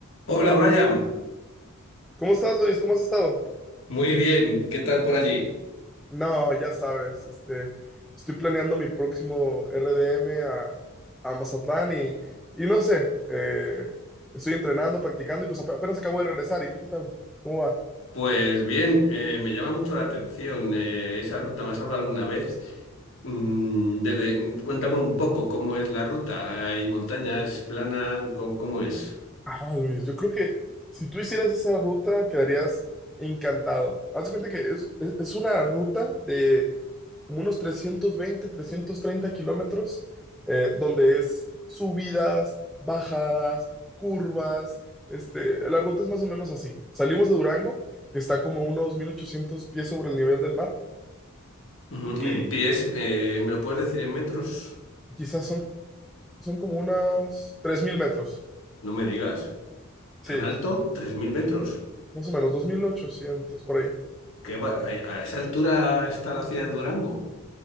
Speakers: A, on the left; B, in the centre.
A: Hola Brian,
B: ¿Cómo estás, Luis? ¿Cómo has estado?
A: muy bien, ¿qué tal por allí?
B: No, ya sabes, este, estoy planeando mi próximo RDM a, a Mazatlán y, y no sé, eh, estoy entrenando, practicando y pues ap- apenas acabo de regresar. ¿Y tú qué tal? ¿Cómo va?
A: Pues bien, eh, me llama mucho la atención eh, esa ruta. ¿Me has hablado alguna vez? Mm, desde, cuéntame un poco cómo es la ruta. ¿Hay montañas, plana? ¿Cómo, cómo es?
B: Ah, Luis, yo creo que si tú hicieras esa ruta quedarías encantado. Haz de cuenta que es, es- es una ruta de como unos trescientos veinte, trescientos treinta kilómetros, eh, donde es subidas, bajadas, curvas. Este, la ruta es más o menos así. Salimos de Durango, que está como unos 1800 pies sobre el nivel del mar,
A: Ujú,
B: y
A: En pies, eh, ¿me lo puedes decir en metros?
B: quizás son, son como unos 3000 metros.
A: No me digas.
B: Sí,
A: ¿Tan alto? Tres mil metros?
B: más o menos, 2800 por ahí.
A: ¿Qué va- ¿A, a esa altura está la ciudad de Durango?